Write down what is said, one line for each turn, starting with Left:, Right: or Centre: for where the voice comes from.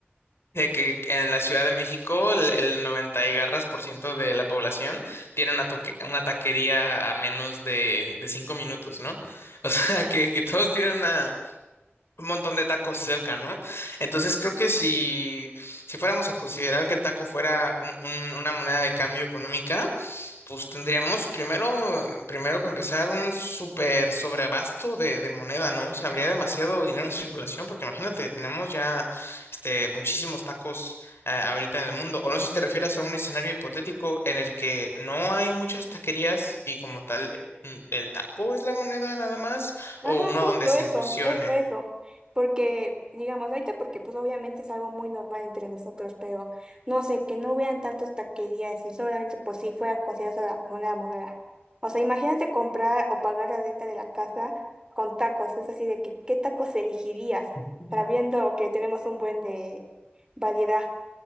Left: de que en la Ciudad de México el, el 90 y garras por ciento de la población tiene una, toque- una taquería a menos de, de cinco minutos, ¿no? <laughs> O sea, que, que todos tienen una- un montón de tacos cerca, ¿no? Entonces creo que si, si fuéramos a considerar que el taco fuera un- un- una moneda de cambio económica, Pues tendríamos primero, primero para empezar, un súper sobreabasto de, de moneda, ¿no? O sea, habría demasiado dinero en circulación, porque imagínate, tenemos ya este, muchísimos tacos eh, ahorita en el mundo. O no sé si te refieres a un escenario hipotético en el que no hay muchas taquerías y como tal, eh, mm, el taco es la moneda nada más,
Right: Ajá,
Left: o uno
Right: justo
Left: donde se
Right: eso,
Left: fusione.
Right: eso, eso. Porque, digamos, ahorita porque pues obviamente es algo muy normal entre nosotros, pero no sé, que no vean tantas taquerías y solamente pues si fuera considerada la moneda moneda. O sea, imagínate comprar o pagar la renta de la casa con tacos. Es así de que, ¿qué tacos elegirías?
Left: <laughs>
Right: Sabiendo que tenemos un buen de variedad